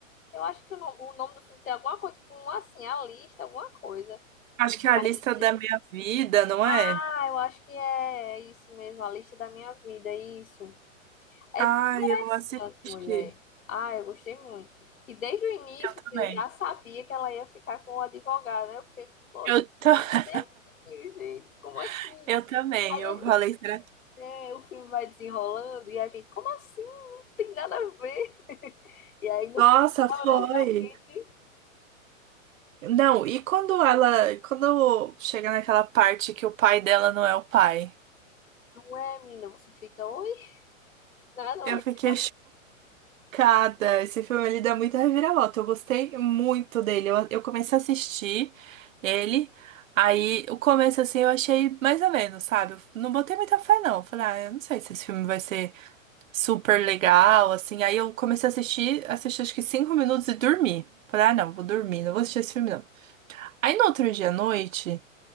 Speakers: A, on the left; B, on the right.
A: Eu acho que o, no- o nome do filme tem alguma coisa, tipo, um, assim, a lista, alguma coisa.
B: Acho que é a
A: É A
B: lista
A: lista
B: da
A: de-
B: minha vida, não
A: Ah,
B: é?
A: eu acho que é isso mesmo, a lista da minha vida, isso. É
B: Ah,
A: bem interessante,
B: eu assisti.
A: mulher. Ah, eu gostei muito. E desde o início,
B: Eu também.
A: assim, eu já sabia que ela ia ficar com o advogado, né? Eu fiquei, poxa,
B: Eu, ta-
A: pegar certinho, gente, como assim?
B: <laughs> eu também.
A: Aí
B: Eu falei,
A: o, o fi-
B: será que-
A: é, o filme vai desenrolando e a gente, como assim? Não tem nada a ver. E aí no
B: Nossa,
A: final,
B: foi.
A: né, realmente,
B: Não, e quando ela, quando chega naquela parte que o pai dela não é o pai?
A: não é, menina, você fica, oi? Nada
B: Eu
A: horrível.
B: fiquei chocada. Esse filme ele dá muita reviravolta. Eu gostei muito dele. Eu, eu comecei a assistir ele. Aí o começo assim eu achei mais ou menos, sabe? Eu não botei muita fé não. Falei, ah, eu não sei se esse filme vai ser super legal, assim. Aí eu comecei a assistir, assisti acho que cinco minutos e dormi. Falei, ah, não, vou dormir, não vou assistir esse filme não. Aí no outro dia à noite